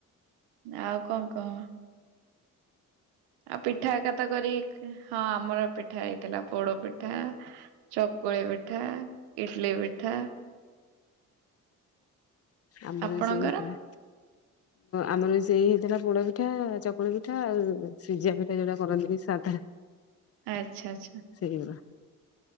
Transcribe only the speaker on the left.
ଆମର
ବି ସେଇ ହେଇଥିଲା। ଆମର ସେଇ ହେଇଥିଲା ପୋଡ ପିଠା ଚକୁଳି ପିଠା ଆଉ ସିଝା ପିଠା ଯୋଉଟା କରନ୍ତି ସାଧା
ସେଇଗୁରା